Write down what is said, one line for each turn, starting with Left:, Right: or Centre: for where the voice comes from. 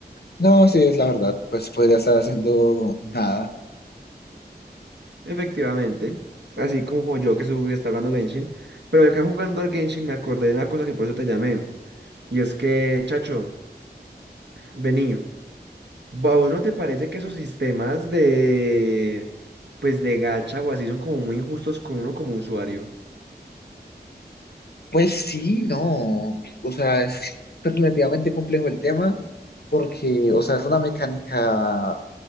Left: No, sí, es la verdad, pues podría estar haciendo nada.
Right: Efectivamente. Así como yo que, su- que está jugando Genshin. Pero yo que jugando al Genshin me acordé de una cosa que por eso te llamé. Y es que, chacho, vení. ¿A vos no te parece que esos sistemas de, pues de gacha o así son como muy injustos con uno como usuario?
Left: Pues sí, no, o sea, es relativamente complejo el tema porque, o sea, es una mecánica